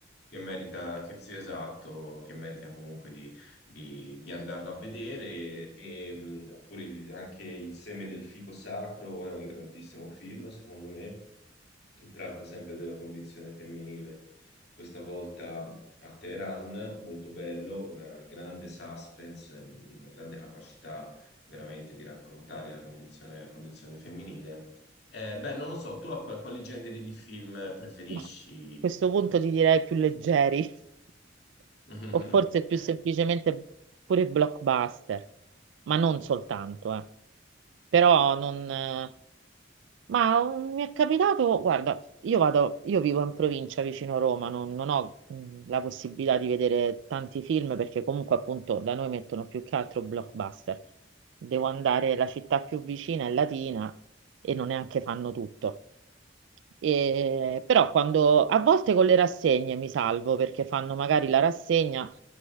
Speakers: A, on the left; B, on the right.
A: che merita, che sia esatto, che merita comunque di, di, di andarlo a vedere, e, mh, oppure il- anche Il seme del fico sacro è un grandissimo film, secondo me che tratta sempre della condizione femminile, questa volta a Teheran, molto bello, una grande suspense, una grande capacità veramente di raccontare la condizione, la condizione femminile. Eh, beh, non lo so, tu a qual- quali generi di film preferisci?
B: Boh, A questo
A: Ecco.
B: punto ti direi più leggeri, <laughs>
A: <laughs>
B: o forse più semplicemente pure blockbuster, ma non soltanto, eh. Però non, eh, Ma um, mi è capitato, guarda, io vado, io vivo in provincia vicino Roma, non, non ho mm, la possibilità di vedere tanti film perché comunque appunto da noi mettono più che altro blockbuster. Devo andare, la città più vicina è Latina e non neanche fanno tutto. Eh, però quando a volte con le rassegne mi salvo perché fanno magari la rassegna,